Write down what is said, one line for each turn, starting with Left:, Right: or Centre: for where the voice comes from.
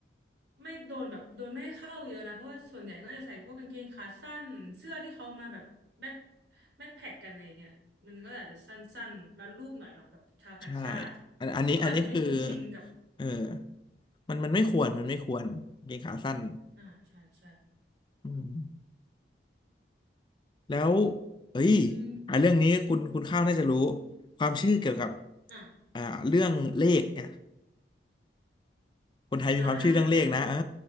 Right: ไม่โดนแบบโดนไม่ให้เข้าเยอะนะเพราะว่าส่วนใหญ่ก็จะใส่พวกกางเกงขาสั้นเหมือนเสื้อที่เขามาแบบแบ็คแบ็คแพ็คกันอะไรอย่างเงี้ยมันก็อาจจะสั้นๆรัดรูปหน่อยเนาะแบบชาวต่างชาติ
Left: ใช่อันอันนี้อันนี้คือ
Right: เขาอาจจะไม่คุ้นชินกับ
Left: เออมันมันไม่ควรมันไม่ควรกางเกงขาสั้น
Right: อ่าใช่ใช่
Left: อืมแล้วเอ้ย
Right: อืม
Left: อ่ะเรื่องนี้คุณคุณข้าวน่าจะรู้ความเชื่อเกี่ยวกับ
Right: อ่ะ
Left: อ่าเรื่องเลขเนี่ยคนไทยมีความเชื่อเรื่องเลขนะเออ
Right: อ่า